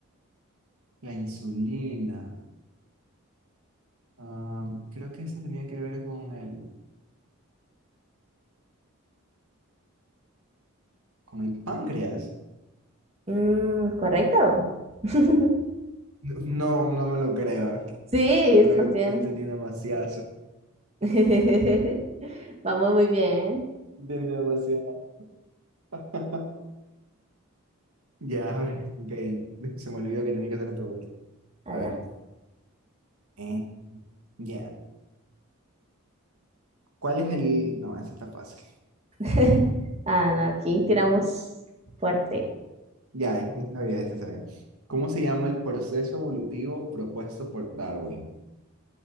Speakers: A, on the right (about 80°); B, on the right (about 30°).
A: La insulina. Ah, creo que eso tenía que ver con el, con el páncreas.
B: Mm, ¿correcto? <laughs>
A: No, no me lo creo.
B: Sí, estás
A: Estoy,
B: bien.
A: estoy teniendo demasiadas
B: <laughs> Vamos muy bien.
A: Tiene demasiado. <laughs> Ya, a ver, ok. Se me olvidó que tenía que hacer la pregunta.
B: Adelante.
A: A ver, eh, ya. ¿Cuál es el...? No, esa está fácil.
B: <laughs> Ah, no, aquí tiramos fuerte.
A: Ya, esa sabía bien, esa está ¿Cómo se llama el proceso evolutivo propuesto por Darwin?